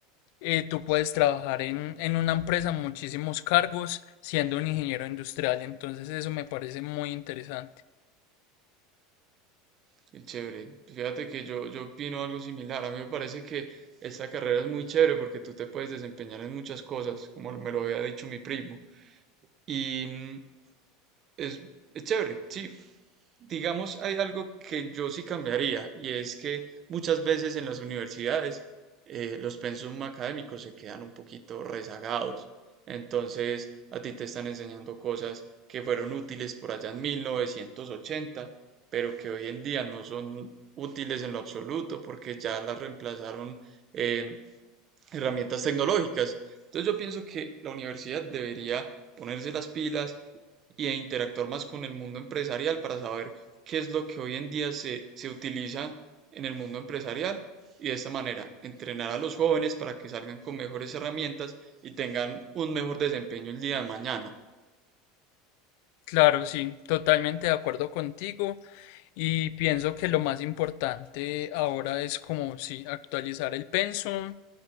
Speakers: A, on the left (about 65°); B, on the right (about 30°).
A: eh, tú puedes trabajar en, en una empresa muchísimos cargos siendo un ingeniero industrial, entonces eso me parece muy interesante.
B: sí chévere. Fíjate que yo, yo opino algo similar. A mí me parece que esta carrera es muy chévere porque tú te puedes desempeñar en muchas cosas, como me lo había dicho mi primo. Y mm, es, es chévere, sí, Digamos, hay algo que yo sí cambiaría y es que muchas veces en las universidades eh, los pensum académicos se quedan un poquito rezagados. Entonces, a ti te están enseñando cosas que fueron útiles por allá en 1980, pero que hoy en día no son útiles en lo absoluto porque ya las reemplazaron eh, herramientas tecnológicas. Entonces, yo pienso que la universidad debería ponerse las pilas y de interactuar más con el mundo empresarial para saber qué es lo que hoy en día se, se utiliza en el mundo empresarial y de esta manera entrenar a los jóvenes para que salgan con mejores herramientas y tengan un mejor desempeño el día de mañana.
A: Claro, sí, totalmente de acuerdo contigo. Y pienso que lo más importante ahora es como si actualizar el pensum